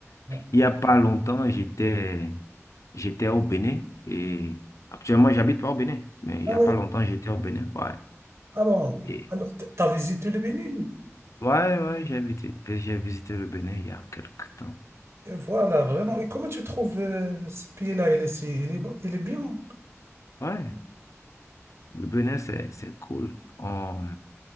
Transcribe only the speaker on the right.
Bon.
Ah
ouais,
ah bon.
Alors, t- t'as visité le Bénin?
Et Voilà, vraiment. Et comment tu trouves euh, ce pays-là? Il est, si- il est, bon- il est bien.